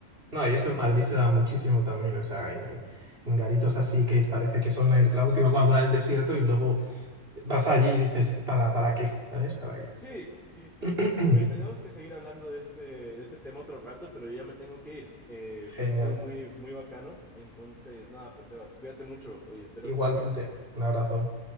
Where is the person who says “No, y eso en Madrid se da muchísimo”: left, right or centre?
Right